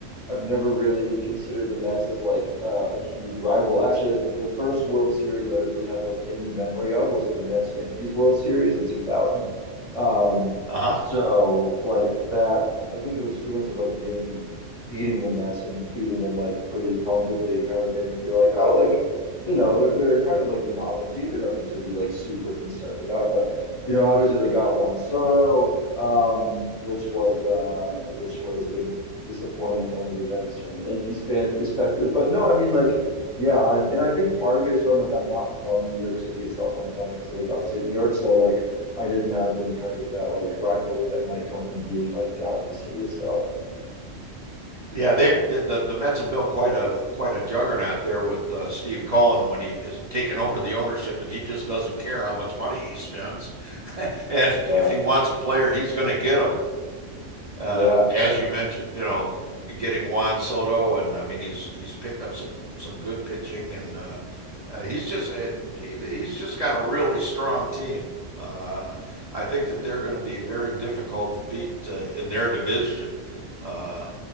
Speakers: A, on the left (about 30°); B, on the right (about 40°).
A: I've never really considered the Mets as like uh, a huge rival. Actually, like the first World Series that I really have like any memory of was the Mets Yankees World Series in 2000. Um,
B: Uh huh.
A: so like that I think the experience of like the Yankees beating the Mets and beating them like pretty comfortably kind of made me feel like, oh, like, you know, they're they're kind of like a novelty. They're nothing to be like super concerned about. But, you know, obviously they got Juan Soto, um, which was uh which was a disappointing turn of events from a Yankees fan perspective. But no, I mean like yeah, I'm and I think part of it is from like I'm not from New York City itself. I'm from, like I said, like upstate New York. So like I didn't have any kind of that like rivalry that might come from being like down in the city itself.
B: Yeah, they've the, the the Mets have built quite a quite a juggernaut there with uh, Steve Cohen when he is taking over the ownership, and he just doesn't care how much money he spends, <laughs> and
A: Yeah,
B: if he wants a player, he's going to get him uh,
A: yeah,
B: as you mentioned, you know, getting Juan Soto, and I mean, he's he's picked up some some good pitching, and uh, uh, he's just and he, he's just got a really strong team. Uh, I think that they're going to be very difficult to beat uh, in their division. Uh,